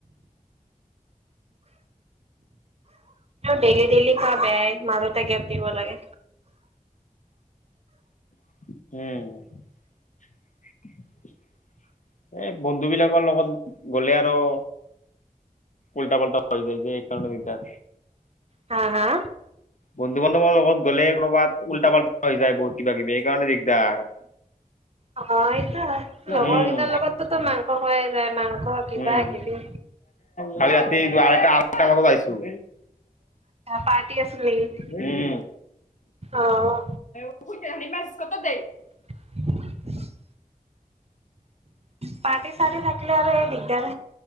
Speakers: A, on the right (about 45°); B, on the left (about 60°).
A: ডেইলি ডেইলি খোৱা বেয়াই। মাজতে গেপ দিব লাগে।
B: উমঁ। এই বন্ধু বিলাকৰ লগত গ'লে আৰু- উল্টা পাল্টা হৈ যায় যে এইকাৰণে দিকদাৰ।
A: হা হা?
B: বন্ধু বান্ধৱৰ লগত গ'লে কোনোবাত উল্টা পাল্টা হৈ যায় বহুত কিবা-কিবি এইকাৰণে দিগদাৰ।
A: অঁ। অঁ' এইটো হয়, লগৰ
B: উম।
A: কেইটাৰ লগততো মাংস খোৱাই যায় মাংস কিবা
B: উম,
A: কিবি।
B: কালি ৰাতি <unintelligible> আঠটা বজাত আহিছো।
A: পাৰ্টি আছিল নেকি,
B: উম,
A: অঁহ'।
B: <unintelligible>
A: <inaudible> পাৰ্টি-চাৰ্টি থাকিলে আৰু এই দিগদাৰ।